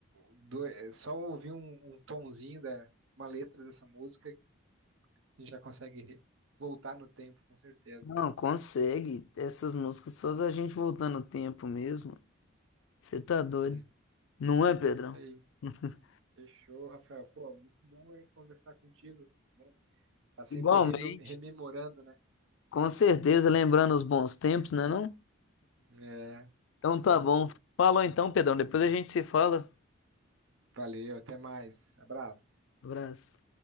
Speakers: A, on the right (about 70°); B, on the left (about 70°).
A: do, é só ouvir um, um tonzinho da uma letra dessa música gente já consegue re- voltar no tempo, com certeza.
B: Não, consegue. Essas músicas fazem a gente voltar no tempo mesmo. Você tá doido.
A: Hum,
B: Não é,
A: é
B: Pedrão?
A: isso aí.
B: <laughs>
A: Fechou, Rafael. Pô, muito bom aí conversar contigo. Bom, tá sempre
B: Igualmente.
A: remem- rememorando, né?
B: Com certeza, lembrando os bons tempos, né não?
A: É.
B: Então tá
A: Hum.
B: bom. Falou então, Pedrão. Depois a gente se fala.
A: Valeu, até mais. Abraço.
B: Abraço.